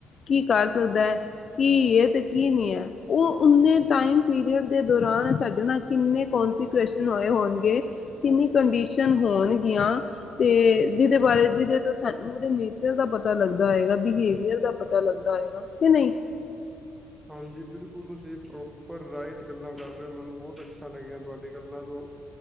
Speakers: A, on the left; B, in the centre.
A: ਕੀ ਕਰ ਸਕਦਾ ਆ, ਕੀ ਏ ਤੇ ਕੀ ਨਈ ਐ ਓਹ ਉਨੇ ਟਾਈਮ ਪੀਰੀਅਡ ਦੇ ਦੌਰਾਨ ਸਾਡੇ ਨਾਲ ਕਿੰਨੇ ਕੋਂਨਸੀਕੁਏਸ਼ਨ ਹੋਏ ਹੋਣਗੇ, ਕਿੰਨੀ ਕੰਡੀਸ਼ਨ ਹੋਣਗੀਆਂ? ਤੇ ਜਿਦੇ ਬਾਰੇ ਜਿਦੇ ਦਾ ਸਾਨੂੰ ਓਦੇ ਨੇਚਰ ਦਾ ਪਤਾ ਲੱਗਦਾ ਹੋਏ ਗਾ, ਬਿਹੇਵੀਅਰ ਦਾ ਪਤਾ ਲੱਗਦਾ ਹੋਏ ਗਾ, ਕੇ ਨਈ
B: ਹਾਂਜੀ ਬਿਲਕੁਲ ਤੁਸੀਂ ਠੀਕ ਔ, ਪਰ ਰਾਈਟ ਗੱਲਾਂ ਕਰ ਰਏ ਹੋ, ਮੈਨੂੰ ਬੋਤ ਅੱਛਾ ਲੱਗੇਆ ਤੁਹਾਡੀ ਗੱਲਾਂ ਤੋਂ!